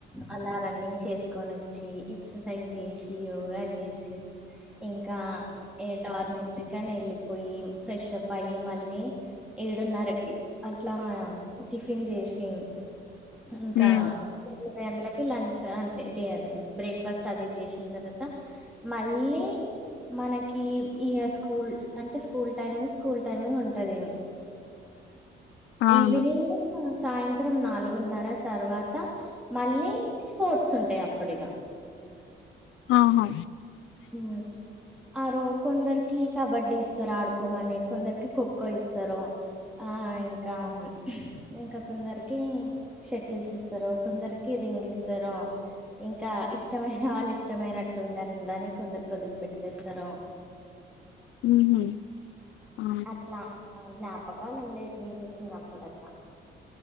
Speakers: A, in the centre; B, on the left.
A: అలా రన్నింగ్ చేసుకొని వచ్చి ఎక్సర్సైజ్ చేసి యోగా చేసి ఇంకా ఏ డార్మెంటరీ కాని వెళ్ళిపోయి ఫ్రెష్ అప్ అయి మళ్ళీ ఏడున్నరకి అట్లా టిఫిన్ చేసి ఇంకా
B: మ్మ్
A: ఇవైంటలకి లంచ్ అంటే డే అదే బ్రేక్ఫాస్ట్ అది ఇది చేసిన తర్వాత మళ్ళీ మనకి ఈ స్కూల్ అంటే స్కూల్ టైమింగ్ స్కూల్ టైమింగ్ ఉంటది
B: అవును
A: ఈవినింగ్ సాయంత్రం నాలుగున్నర తర్వాత మళ్ళీ స్పోర్ట్స్ ఉంటాయి అప్పుటిగా
B: ఆహా
A: ఆ ఆరో కొందరికి కబడ్డీ ఇస్తారు ఆడుకోమని కొందరికి ఖోఖో ఇస్తారు ఆ ఇంకా ఇంకా కొందరికి షటిల్స్ ఇస్తారు కొందరికి రింగ్ ఇస్తారు ఇంకా ఇష్టమైన వాళ్ళు ఇష్టమైనట్టుండని దానికి కొందరు కదిలి పెట్టేస్తారు
B: మ్మ్ ఆ
A: అట్లా జ్ఞాపకాలు ఉండేట్వి ఇంకా చిన్నప్పుడు అట్లా